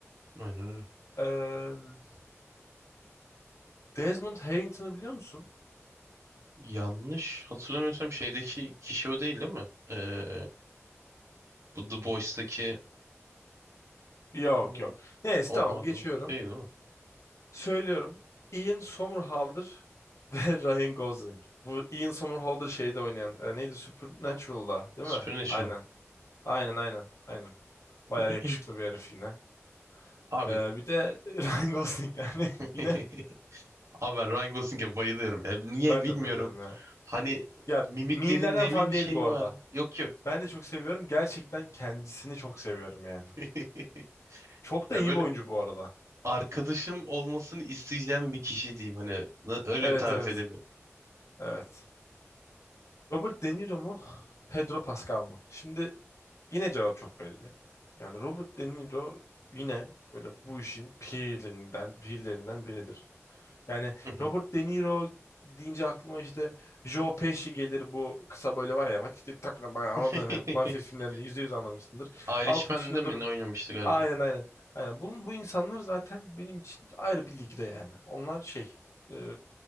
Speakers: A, on the right (about 75°); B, on the left (about 75°).
A: oynar.
B: de. Desmond Harrington'ı biliyor musun?
A: Yanlış hatırlamıyorsam şeydeki kişi o değil değil mi? Ee, bu The Boys'taki
B: Yok
A: hmm,
B: yok. Neyse
A: o,
B: tamam
A: o adam
B: geçiyorum.
A: değil değil mi?
B: Söylüyorum. Ian Somerhalder <laughs> ve Ryan Gosling. Bu Ian Somerhalder şeyde oynayan. e, neydi? Supernatural'da değil
A: Supernatural.
B: mi? Aynen. Aynen aynen. Aynen. Bayağı
A: <clears throat>
B: yakışıklı bir herif yine.
A: <laughs> Abi,
B: E, bir de <laughs> Ryan Gosling yani
A: <laughs>
B: <laughs> yine
A: abi ben Ryan Gosling'e bayılıyorum. Ya niye
B: ben
A: bilmiyorum.
B: de bayılıyorum ya.
A: Hani
B: Ya
A: mimiklerinde
B: mimlerden falan
A: mi bir şey
B: değil bu arada.
A: var? Yok yok.
B: Ben de çok seviyorum. Gerçekten kendisini çok seviyorum yani.
A: <laughs>
B: Çok da
A: Ya
B: iyi
A: böyle
B: bir oyuncu bu arada.
A: arkadaşım olmasını isteyeceğim bir kişi diyeyim. Hani na- öyle
B: Evet
A: bir tarif
B: evet.
A: edemiyorum.
B: Evet. Robert De Niro mu? Pedro Pascal mı? Şimdi yine cevap çok belli. Yani Robert De Niro yine böyle bu işin pirlerinden, pirlerinden biridir. Yani
A: Hı hı.
B: Robert De Niro deyince aklıma işte Joe Pesci gelir bu kısa böyle var ya işte takla bana anladın
A: <laughs>
B: ya. Mafya filmlerinde yüzde yüz anlamışsındır.
A: Irishman'de
B: Al Pacino'dur.
A: mi ne oynamıştı galiba?
B: Aynen aynen. Aynen. Bunun, bu insanlar zaten benim için ayrı bir ligde yani. Onlar şey e,